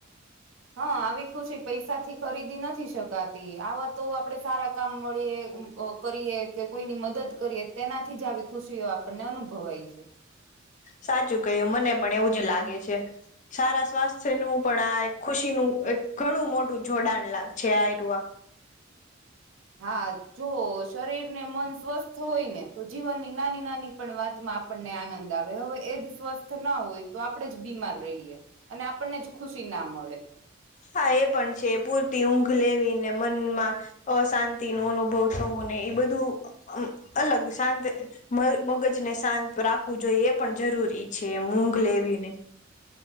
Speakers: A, on the right; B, on the left.
A: હા આવી ખુશી પૈસાથી ખરીદી નથી શકાતી આવા તો આપડે સારા કામ મળીએ અ કરીએ કે કોઈની મદદ કરીએ તેનાથી જ આવી ખુશીઓ આપણને અનુભવાય છે.
B: સાચું કહ્યું મને પણ એવું જ લાગે છે. સારા સ્વાસ્થ્ય નું પણ આ એક ખુશીનું એક ઘણું મોટું જોડાણ લાગ છે આ. <unintelligible>
A: હા જો શરીર ને મન સ્વસ્થ હોય ને તો જીવનની નાની નાની પણ વાતમાં આપણને આનંદ આવે હવે એજ સ્વસ્થ ના હોય તો આપણેે જ બીમાર રહીયએ. અને આપણને જ ખુશી નામ મળે.
B: હા એ પણ છે પૂરતી ઊંઘ લેવીને મનમાં અ શાંતિ નો અનુભવ થવો ને એ બધું અ અમ અલગ શાંત <unintelligible> મગજને શાંત રાખવું જોઈએ એ પણ જરૂરી છે ઊંઘ લેવીને.